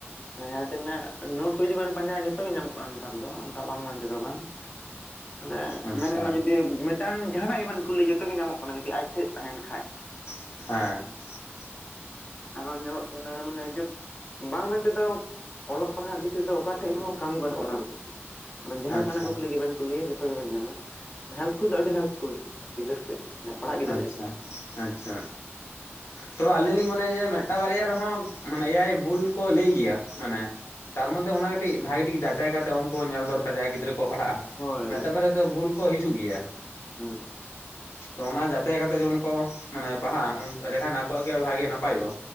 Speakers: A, on the left; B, on the left.
A: ᱡᱟᱦᱟᱸ ᱛᱤᱱᱟᱹᱜ ᱱᱳᱴ ᱠᱚ ᱡᱩᱫᱤ ᱵᱮᱱ ᱯᱟᱸᱡᱟᱭᱼᱟ ᱡᱚᱛᱚ ᱜᱮ ᱧᱟᱢᱚᱜ ᱠᱟᱱᱟ ᱱᱮᱛᱟᱨ ᱫᱚ ᱚᱱᱠᱟ ᱵᱟᱝ ᱢᱮᱱ ᱛᱮᱫᱚ ᱵᱟᱝ ᱾ ᱢᱟᱱᱮ
B: ᱟᱪᱪᱷᱟ
A: ᱢᱮᱱ ᱜᱟᱱᱚᱜ ᱡᱩᱫᱤ ᱢᱤᱫ ᱢᱤᱫᱴᱟᱝ ᱡᱟᱦᱟᱸᱱᱟᱜ ᱜᱮ ᱵᱤᱱ ᱠᱩᱞᱤ ᱡᱚᱛᱚ ᱜᱮ ᱧᱟᱢᱚᱜ ᱠᱟᱱᱟ ᱡᱩᱫᱤ ᱟᱡ ᱴᱷᱮᱱ ᱛᱟᱦᱮᱱ ᱠᱷᱟᱡ ᱾
B: ᱦᱮᱸ ᱾
A: ᱟᱨᱚ ᱧᱮᱞᱚᱜ ᱠᱟᱱᱟ ᱢᱟᱱᱮ ᱡᱚᱛ ᱵᱟᱝ ᱢᱮᱱ ᱛᱮᱫᱚᱠ ᱚᱞᱚᱜ ᱯᱟᱲᱦᱟᱜ ᱫᱤᱠ ᱛᱮᱫ ᱚᱠᱟ ᱴᱷᱮᱡ ᱦᱚᱸ ᱠᱟᱹᱢᱤ ᱵᱟᱹᱱᱩᱜᱼᱟ ᱚᱱᱟ ᱨᱮᱫᱚ᱾ ᱟᱵᱮ ᱡᱟᱦᱟ
B: ᱟᱪᱪᱷᱟ
A: ᱞᱮ ᱠᱟᱱᱟᱜ ᱠᱩᱠᱞᱤ ᱜᱮ ᱵᱮᱱ ᱠᱩᱞᱤᱭᱮ ᱡᱚᱛᱚ ᱜᱮ ᱵᱮᱱ ᱧᱟᱢᱟ <unintelligible> ᱟᱹᱰᱤ <unintelligible> ᱯᱷᱩᱞ ᱜᱮᱭᱟ ᱜᱤᱫᱟᱹᱨ ᱴᱷᱮᱡ ᱢᱟᱱᱮ ᱯᱟᱲᱦᱟᱜ ᱜᱤᱫᱟᱹᱨ
B: ᱟᱪᱪᱷᱟ
A: ᱴᱷᱮᱡ᱾
B: ᱟᱪᱪᱷᱟ ᱛᱚ ᱟᱹᱞᱤᱧ ᱞᱤᱧ ᱢᱚᱱᱮᱭᱟ ᱡᱮ ᱢᱤᱫ ᱴᱟᱝ ᱵᱟᱨᱭᱟ ᱨᱮᱦᱚᱸ ᱢᱟᱱᱮ ᱮᱭᱟᱭ ᱵᱷᱩᱞ ᱠᱚ ᱞᱟᱹᱭ ᱜᱮᱭᱟ ᱢᱟᱱᱮ ᱛᱟᱨ ᱢᱚᱫᱽᱫᱷᱮ ᱚᱱᱟ ᱠᱟᱹᱴᱤᱡ ᱵᱷᱟᱜᱮ ᱴᱷᱤᱠ ᱡᱟᱸᱪᱟᱭ ᱠᱟᱛᱮ ᱩᱱᱠᱩ ᱧᱮᱞ ᱫᱚᱨᱠᱟᱨ ᱡᱟᱸᱦᱟᱭ ᱜᱤᱫᱽᱨᱟᱹ ᱠᱚ ᱯᱟᱲᱦᱟᱜᱼᱟ᱾
A: ᱦᱳᱭ
B: ᱢᱤᱫ ᱴᱟᱝ ᱵᱟᱨᱭᱟ ᱫᱚ ᱵᱷᱩᱞ ᱠᱚ ᱦᱤᱡᱩᱜ ᱜᱮᱭᱟ᱾
A: ᱦᱮᱸ
B: ᱛᱚ ᱚᱱᱟ ᱡᱟᱪᱟᱭ ᱠᱟᱛᱮᱜ ᱡᱮ ᱢᱚᱱ ᱠᱚ ᱢᱟᱱᱮ ᱯᱟᱲᱦᱟᱜᱼᱟ ᱮᱸᱰᱮᱠᱷᱟᱱ ᱟᱠᱚᱣᱟᱜ ᱜᱮ ᱵᱷᱟᱜᱮ ᱱᱟᱯᱟᱭ ᱚᱜᱼᱟ᱾